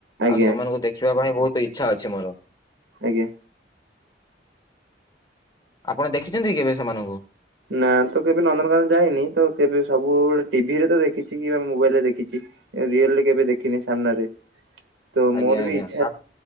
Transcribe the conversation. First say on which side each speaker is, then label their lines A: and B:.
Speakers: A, on the right; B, on the left.
A: ଆଜ୍ଞା
B: ଆଉ ସେମାନଙ୍କୁ ଦେଖିବା ପାଇଁ ବହୁତ ଇଚ୍ଛା ଅଛି ମୋର।
A: ଆଜ୍ଞା।
B: ଆପଣ ଦେଖିଛନ୍ତି କେବେ ସେମାନଙ୍କୁ?
A: ନା ତ କେବେ ନନ୍ଦନକାନନ ଯାଇନି ତ କେବେ ସବୁବେଳେ ଟିଭିରେ ତ ଦେଖିଛି କିବା ମୋବାଇଲ ରେ ଦେଖିଛି। ରିଏଲରେ କେବେ ଦେଖିନି ସାମ୍ନାରେ ତ ମୋର
B: ଆଜ୍ଞା ଆଜ୍ଞା
A: ବି ଇଚ୍ଛା
B: ଆ